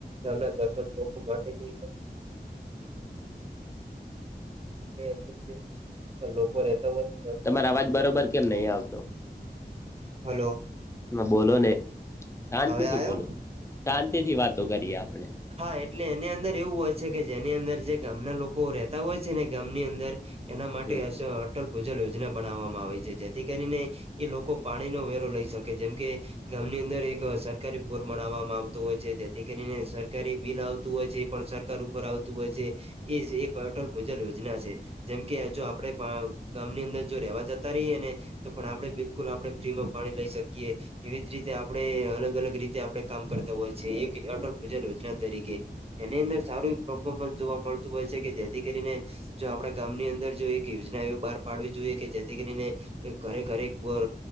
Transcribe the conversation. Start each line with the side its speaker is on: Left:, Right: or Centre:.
Right: ગામના સરપંચ લોકો માટેની એક <inaudible> <inaudible> <inaudible> અંદર જે લોકો રેતા ઓય.
Left: તમારે અવાજ બરોબર કેમ નઈ આવતો?
Right: હલો.
Left: બોલો ને, શાંતિથી
Right: હવે આયો
Left: બોલો, શાંતિથી વાતો કરીએ આપણે.
Right: હા એટલે એની અંદર એવું હોય છે, કે જેની અંદર જે ગામના લોકો રેતા હોય છે ને ગામની અંદર એના માટે
Left: હમ
Right: એસ અ અટલ પૂજલ યોજના બનાવવામાં આવે છે. જેથી કરીને એ લોકો પાણીનો વેરો લઈ શકે જેમ કે ગામની અંદર એક સરકારી બોર બનાવામાં આવતો હોય છે જેથી કરીને સર કારી બિલ આવતું હોય છે એ પણ સરકાર ઉપર આવતું હોય છે એ જ એક અટલ <unintelligible> યોજના છે. જેમ કે જો આપડે પા ગામની અંદર જો રેવા જતા રીએ ને તો પણ આપડે બિલકુલ આપડે ફ્રીમાં પાણી લઈ શકીએ. એવી જ રીતે આપડે અલગ અલગ રીતે આપડે કામ કરતા હોય છે એક એ અટલ ભુજલ યોજના તરીકે. એની અંદર સારું પ્રફોર્મન્સ જોવા મળતું હોય છે કે જેથી કરીને જો આપડા ગામની અંદર જો એક યોજના એવી બાર પાડવી જોઈએ કે જેથી કરીને એ ઘરે ઘરે એક બોર